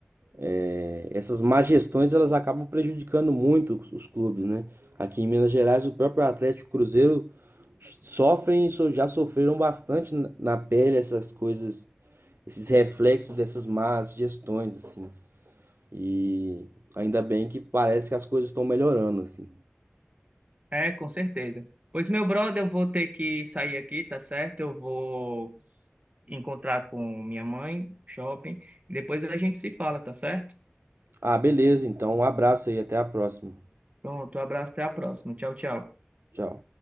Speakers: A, on the right; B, on the right.
A: É, essas má gestões elas acabam prejudicando muito os os clubes, né? Aqui em Minas Gerais, o próprio Atlético e Cruzeiro sofrem, so- já sofreram bastante na na pele essas coisas, esses reflexos dessas más gestões, assim. E ainda bem que parece que as coisas estão melhorando, assim.
B: É, com certeza. Pois, meu brother, eu vou ter que sair aqui, tá certo? Eu vou encontrar com minha mãe, shopping. Depois a gente se fala, tá certo?
A: Ah, beleza, então um abraço aí, até a próxima.
B: Pronto, um abraço, até a próxima. Tchau, tchau.
A: Tchau.